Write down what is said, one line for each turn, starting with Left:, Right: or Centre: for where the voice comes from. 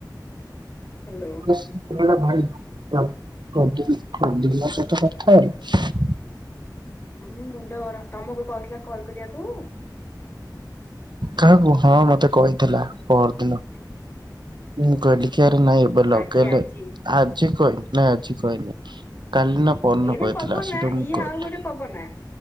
Left: ହାଲୋ।
Right: <unintelligible>
Left: ମୁଁ ମୁଣ୍ଡ ଗର ତମକୁ କହିଥିଲା କଲ କରିବାକୁ?
Right: କାହାକୁ ହଁ ମତେ କହିଥିଲା ପହର ଦିନ।
Left: ହୁ।
Right: ମୁଁ କହିଲି କି ଆରେ ନାଇଁ ଏବେ ଲଗେଇଲେ
Left: ଆଜି ଆଜି
Right: ଆଜି କହିନି ନାଇଁ ଆଜି କହିନି। କାଲିନା
Left: ହୁଁ
Right: ପର ଦିନ
Left: ଏଇନେ
Right: କହିଥିଲା
Left: ପବନା
Right: ସେଠୁ ମୁଁ
Left: ଇଏ
Right: କଲି।
Left: ଆଉ ଗୋଟେ ପବନା